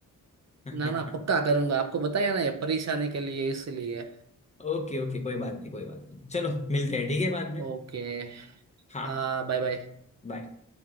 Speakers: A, on the left; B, on the right.
A: <laughs>
B: ना ना पक्का करूंगा आपको बताया ना ये परेशानी के लिए इसलिए
A: ओके ओके कोई बात नहीं कोई बात नहीं चलो मिलते हैं ठीक है बाद में
B: ओके
A: हाँ
B: हाँ
A: हाँ
B: बाय बाय
A: बाय